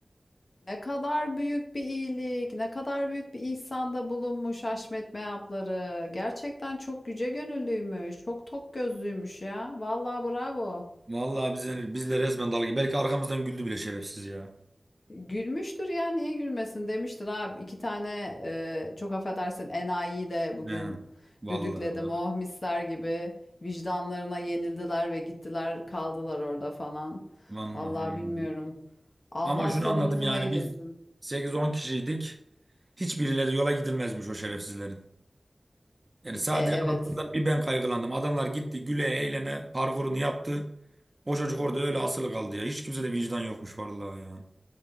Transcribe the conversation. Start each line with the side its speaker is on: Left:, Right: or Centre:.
Left: Ne kadar büyük bir iyilik, ne kadar büyük bir ihsanda bulunmuş Haşmet Meyapları. Gerçekten çok yüce gönüllüymüş, çok tok gözlüymüş ya. Vallahi bravo.
Right: Vallahi bize, bizle resmen dalga. Belki arkamızdan güldü bile şerefsiz ya.
Left: Gülmüştür ya, niye gülmesin demiştir abi. İki tane e, çok affedersin enayiyi de bugün
Right: Yani, vallahi
Left: düdükledim.
Right: bak.
Left: Oh misler gibi vicdanlarına yenildiler ve gittiler kaldılar orada falan.
Right: Vallahi.
Left: Vallahi bilmiyorum. Allah
Right: Ama şunu
Left: sonumuzu
Right: anladım yani
Left: hayır
Right: biz
Left: etsin.
Right: 8-10 kişiydik. Hiçbirileri yola gidilmezmiş o şerefsizlerin. Yani sadece
Left: E, evet.
Right: adamlardan bir ben kaygılandım. Adamlar gitti güle eğlene parkurunu yaptı. O çocuk orada öyle asılı kaldı ya. Hiç kimsede vicdan yokmuş vallahi ya.